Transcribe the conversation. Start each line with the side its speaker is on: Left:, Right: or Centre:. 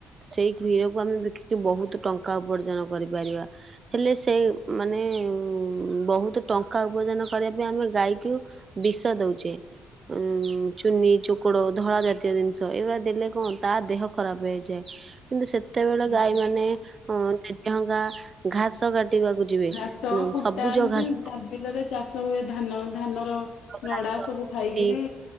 Right: ସେଇ କ୍ଷୀରକୁ ଆମେ ବିକିକି ବୋହୁତ ଟଙ୍କା ଉପାର୍ଜନ କରିପାରିବା। ହେଲେ ସେଇ ମାନେ ଉଁ ବୋହୁତ ଟଙ୍କା ଉପାର୍ଜନ କରିବା ପାଇଁ ଆମେ ଗାଈକୁ ବିଷ ଦୋଉଚେ। ଉ ଚୁନି ଚୋକଡ ଧଳା ଜାତୀୟ ଜିନିଷ ଏଉରା ଦେଲେ କଣ ତା ଦେହ ଖରାପ ହେଇଯାଏ। କିନ୍ତୁ ସେତେବେଳେ
Left: ଆଜ୍ଞା।
Right: ଗାଈମାନେ ଅଁ <unintelligible> ହଙ୍ଗା ଘାସ କାଟିବାକୁ ଯିବେ
Left: ଘାସ,
Right: ଉଁ
Left: କୁଟା
Right: ସବୁଜ
Left: ଏମତି
Right: ଘାସ
Left: ଯା ବିଲରେ ଚାଷହୁଏ ଧାନ ଧାନର
Right: ଘାସ
Left: ନଡା ସବୁ ଖାଇକିରି
Right: ଟି